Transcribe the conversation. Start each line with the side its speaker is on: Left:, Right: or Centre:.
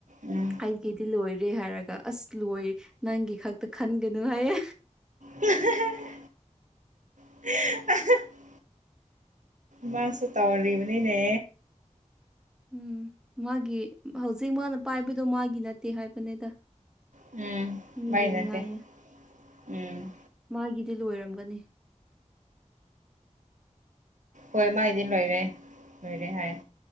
Right: ꯎꯝ
Centre: ꯑꯩꯒꯤꯗꯤ ꯂꯣꯏꯔꯦ ꯍꯥꯏꯔꯒ ꯑꯁ ꯂꯣꯏ ꯅꯪꯒꯤ ꯈꯛꯇ ꯈꯟꯒꯅꯨ ꯍꯥꯏꯌꯦ
Right: ꯎ ꯍꯤꯍꯤ ꯃꯥꯁꯨ ꯇꯧꯔꯤꯕꯕꯅꯤꯅꯦ
Centre: ꯎꯝ ꯃꯥꯒꯤ ꯍꯧꯖꯤꯛ ꯃꯥꯅ ꯄꯥꯏꯕꯗꯣ ꯃꯥꯒꯤ ꯅꯠꯇꯦ ꯍꯥꯏꯕꯅꯤꯗ
Right: ꯎꯝ
Centre: ꯃꯤꯒꯤꯅꯦ
Right: ꯃ ꯅꯠꯇꯦ
Centre: ꯍꯥꯏꯌꯦ
Right: ꯎꯝ
Centre: ꯃꯥꯒꯤꯗꯤ ꯂꯣꯏꯔꯝꯒꯅꯤ
Right: ꯍꯣꯏ ꯃꯥꯥꯏꯗꯤ ꯂꯣꯏꯔꯦ ꯂꯣꯏꯔꯦ ꯍꯥꯏ